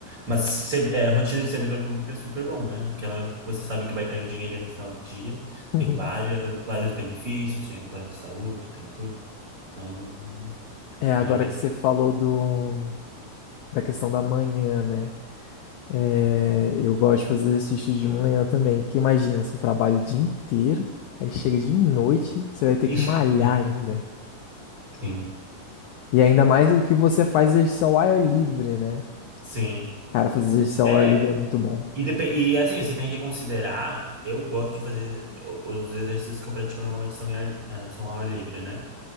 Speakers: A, on the right; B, on the left.
A: Mas ser- é, rotina de servidor público é super bom, né? Aquela, você sabe que vai cair o dinheirinho no final do dia.
B: <laughs>
A: Tem várias, vários benefícios, tem plano de saúde, tem tudo. É, um,
B: É, agora
A: é uma vida.
B: que você
A: <laughs>
B: falou do, da questão da manhã, né? É, eu gosto de fazer exercício de manhã também, porque imagina, você trabalha o dia inteiro, aí chega de noite, você vai ter que
A: Ixi,
B: malhar
A: é,
B: ainda.
A: sim,
B: E ainda mais do que você faz exercício ao ar livre, né?
A: sim.
B: Cara, fazer exercício ao
A: É,
B: ar livre é muito bom.
A: e, depe- e assim, você tem que considerar. Eu gosto de fazer o- os exercícios que eu pratico normalmente são, em ar, é, são ao ar livre, né?